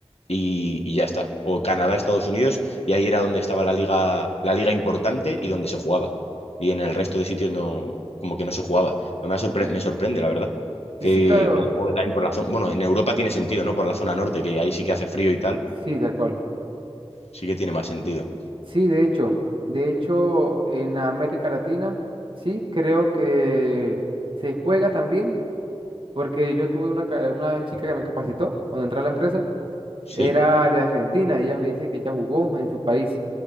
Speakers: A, on the left (about 75°); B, on the right (about 55°).
A: y, y ya está. O Canadá, Estados Unidos, y ahí era donde estaba la liga, la liga importante y donde se jugaba. Y en el resto de sitios no, como que no se jugaba. Me, ha sorpre- me sorprende, la verdad,
B: Sí,
A: que,
B: sí, claro.
A: que se juegue también por la zona. Bueno, en Europa tiene sentido, ¿no? Por la zona norte, que ahí sí que hace frío y tal,
B: Sí, tal cual.
A: sí que tiene más sentido.
B: Sí, de hecho, de hecho, en América Latina, sí, creo que se juega también. Porque yo tuve una, ca- una chica que me capacitó cuando entré a la empresa,
A: ¿Sí?
B: era de Argentina y ella me dice que ella jugó en su país